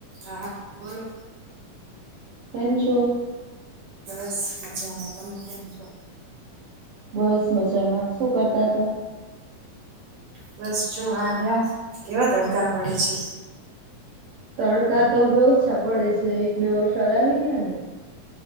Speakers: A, on the right; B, on the right.
A: હા, બોલો
B: કેમછો
A: બસ મજામાં તમે કેમ છો?
B: બસ મજામાં શું કરતા હતા
A: બસ જો આ રહ્યા કેવા તડકા પડે છે,
B: તડકા તો હવે ઓછા પડે છે, એક બે વરસાદ આવી ગયા ને